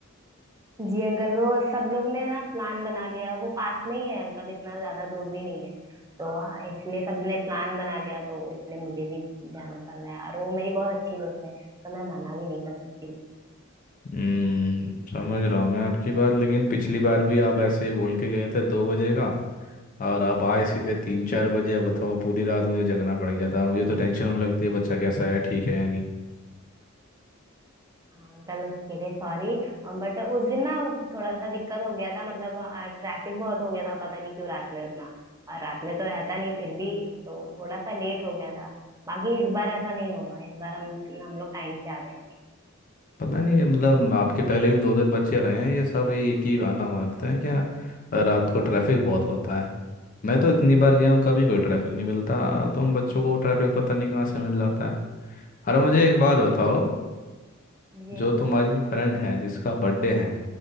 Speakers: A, on the right; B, on the left.
A: जी अंकल वो सब लोग ने ना प्लान बना लिया वो पास में ही है अंकल इतना ज्यादा दूर भी नहीं है तो हाँ, इसलिए सबने प्लान बना लिया तो इसलिए मुझे भी जाना पड़ रहा है और वो मेरी बहुत अच्छी दोस्त है तो मैं मना भी नहीं कर सकती
B: हम्म समझ रहा हूँ मैं आपकी बात लेकिन पिछली बार भी आप ऐसे ही बोल के गए थे दो बजे का और आप आए सीधे तीन चार बजे अब बताओ पूरी रात मुझे जगना पड़ गया था मुझे तो टेंशन होने लगती है बच्चा कैसा है ठीक है या नहीं
A: हाँ, अंकल उसके लिए सॉरी बट उस दिन ना थोड़ा सा दिक्कत हो गया था मतलब ट्रैफिक बहुत हो गया था पता नहीं क्यों रात में उतना और रात में तो रहता नहीं फिर भी तो थोड़ा सा लेट हो गया था बाकी इस बार ऐसा नहीं होगा इस बार हम हम लोग टाइम से आ जाएंगे
B: पता नहीं मतलब आपके पहले भी दो दिन बच्चे रहे हैं ये सब ये एक ही बहाना मारते हैं क्या रात को ट्रैफिक बहुत होता है मैं तो इतनी बार गया हूँ कभी कोई ट्रैफिक नहीं मिलता तुम बच्चों को ट्रैफिक पता नहीं कहाँ से मिल जाता है अरे मुझे एक बात बताओ
A: जी
B: जो
A: अंकल
B: तुम्हारी फ्रेंड है जिसका बर्थडे है